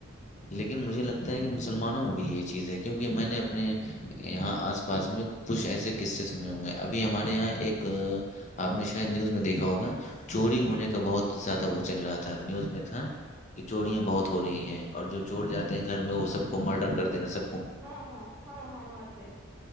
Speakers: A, on the left; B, on the right.
A: لیکن مجھے لگتا ہے کہ مسلمانوں میں بھی یہ چیز ہے کیونکہ میں نے اپنے یہاں آس پاس میں کچھ ایسے قصے سنے ہوئے ہیں ابھی ہمارے یہاں ایک آپ نے شاید نیوز میں دیکھا ہوگا چوری ہونے کا بہت زیادہ وہ چل رہا تھا نیوز میں تھا کہ چوریاں
B: اچھا
A: بہت ہو رہی ہیں اور جو چور
B: ہوں
A: جاتے ہیں گھر میں وہ سب کو مرڈر کر دینے سے
B: ہاں ہاں ہاں ہاں آتے ہیں